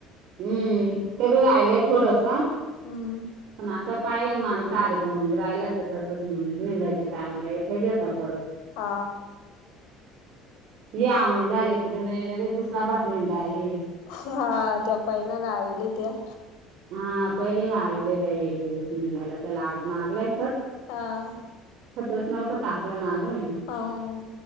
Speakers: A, on the right; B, on the left.
A: हम्म तरी राहिलंय थोडासा.
B: हम्
A: पण आता पाहिल माणसं आले तर मंग, राहियलच त तसच मंग निेंदाच्या टायमाला येतंय घेता परत.
B: अ
A: या आवणी झाले कुठ नाही लगे दुसरा बातमी दाहे <unintelligible>
B: हा-त्या पहिल्याला आली त्या.
A: हा पहिले मारले त्या येईल दसडायला <unintelligible> त्याला आज मारलंय तर-
B: आ
A: खतच नवत टाकलं ना अजून
B: हाओ,